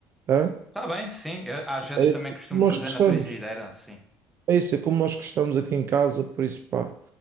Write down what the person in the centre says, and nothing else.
Tá bem, sim. Eu, às vezes
também
costumo
fazer
na frigideira, sim.